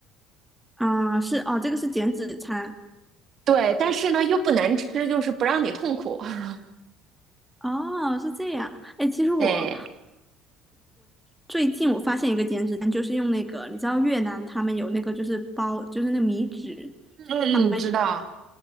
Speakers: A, in the centre; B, on the right (about 50°).
A: 啊、是哦，这个是减脂餐，
B: 对，但是呢又不难吃，就是不让你痛苦。<laughs>
A: 哦，是这样。哎，其实我
B: 对，
A: 最近我发现一个减脂餐，就是用那个，你知道越南他们有那个就是包，就是那个米纸，
B: 嗯，
A: 他们。
B: 嗯，知道。